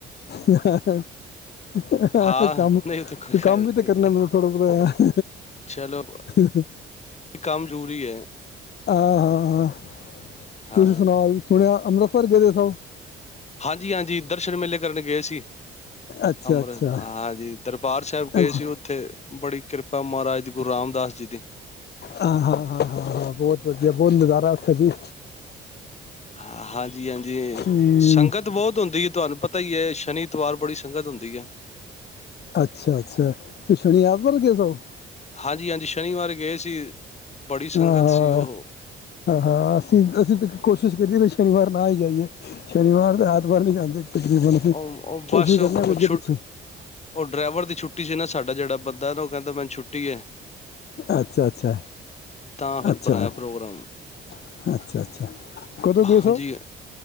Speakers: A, on the left; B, on the left.
A: ਹੈ -ਹੈ ਹੈ-
B: ਹਾਂ
A: ਹੈ, ਕੰਮ
B: ਨਹੀਂ ਉਹ ਕੋਈ
A: ਤੇ ਕੰਮ
B: ਗੱਲ ਨੀ
A: ਵੀ ਤੇ ਕਰਨਾ ਪੈਂਦਾ ਥੋੜ੍ਹਾ ਥੋੜਾ ਬੋਤ
B: ਚਲੋ
A: <unintelligible>
B: ਕੰਮ <inaudible>
A: ਹਾਂ- ਹਾਂ- ਹਾਂ
B: ਹਾਂ
A: ਤੁਸੀਂ ਸੁਣਾਓ, ਸੁਣਿਆ ਅੰਮ੍ਰਿਤ ਸਰ ਗਏ ਦੇ ਸਭ <unintelligible>
B: ਹਾਂਜੀ-ਹਾਂਜੀ ਦਰਸ਼ਨ ਮੇਲੇ ਕਰਨ ਗਏ ਸੀ।
A: ਅੱਛਾ
B: ਅੰਮ੍ਰਿਤ
A: ਅੱਛਾ
B: ਹਾਂਜੀ ਦਰਬਾਰ ਸਾਹਿਬ ਗਏ
A: ਅੱਛਾ
B: ਸੀ। ਉੱਥੇ ਬੜੀ ਕਿਰਪਾ ਮਹਾਰਾਜ ਗੁਰੂ ਰਾਮ ਦਾਸ ਜੀ ਦੀ
A: ਹਾਂ-ਹਾਂ- ਹਾਂ- ਹਾਂ- ਹਾਂ, ਬਹੁਤ ਵਧੀਆ ਬਹੁਤ ਨਜ਼ਾਰਾ ਉਥੇ ਜੀ।
B: ਹਾਂ, ਹਾਂਜੀ- ਹਾਂਜੀ
A: ਹਮ
B: ਸੰਗਤ ਬਹੁਤ ਹੁੰਦੀ ਹੈ ਤੁਹਾਨੂੰ ਪਤਾ ਪਤਾ ਹੀ ਹੈ, ਸ਼ਨੀ, ਇਤਵਾਰ ਬੜੀ ਸੰਗਤ ਹੁੰਦੀ ਹੈ।
A: ਅੱਛਾ- ਅੱਛਾ। ਸ਼ਨੀ ਐਤਵਾਰ ਗੇ ਸੋ <unintelligible>
B: ਹਾਂਜੀ, ਹਾਂਜੀ ਸ਼ਨੀਵਾਰ ਗਏ ਸੀ। ਬੜੀ ਸੰਗਤ
A: ਆਹ-ਆਹ-ਹ,
B: ਸੀ ਉਹ
A: ਅਸੀਂ ਤੇ ਕੋਸ਼ਿਸ਼ <inaudible> ਸ਼ਨੀਵਾਰ ਨਾ ਹੀ ਜਾਈਏ ਸ਼ਨੀਵਾਰ <unintelligible> ਵਾਰ ਨੀ ਜਾਂਦੇ ਤਕਰੀਬਨ ਅਸੀਂ
B: ਓ ਓਹ
A: ਕੋਸ਼ਿਸ਼
B: ਬਸ ਉਹ
A: ਕਰਨੇ ਵੀ ਅੱਗੇ
B: ਛੁ
A: ਪਿੱਛੇ
B: ਓਹ ਡਰਾਈਵਰ ਦੀ ਛੁੱਟੀ ਸੀ ਨਾ ਸਾਡਾ ਜਿਹੜਾ ਬੰਦਾ ਨਾ ਉਹ ਕਹਿੰਦਾ ਮੈਨੂੰ ਛੁ ਟੀ ਐ।
A: ਅੱਛਾ-ਅੱਛਾ,
B: ਤਾਂ ਫਿਰ
A: ਅੱਛਾ-ਅੱਛਾ,
B: ਬਣਾਇਆ ਪ੍ਰੋਗਰਾਮ
A: ਅੱਛਾ ਕਦੋਂ ਗਏ
B: ਹਾਂਜੀ
A: ਸੋ?